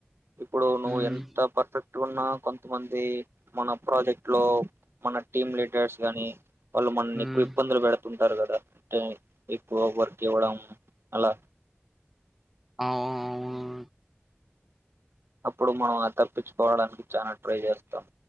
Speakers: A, on the right; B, in the centre.
A: ఇప్పుడు నువ్వు
B: ఉమ్
A: ఎంత పర్ఫెక్ట్ టున్న కొంతమంది. మన ప్రాజెక్ట్ లో మన టీమ్ లీడర్స్ గాని వాళ్ళు మనల్ని
B: ఉమ్,
A: ఎక్కువ ఇబ్బందులు పెడుతుం టారు కదా అంటే ఎక్కువ వర్క్ ఇవ్వడం. అలా
B: ఆహ్ ఆ అవునవ్
A: అప్పుడు మనం ఆద్ తప్పించుకోవడానికి చానా ట్రై చేస్తాం.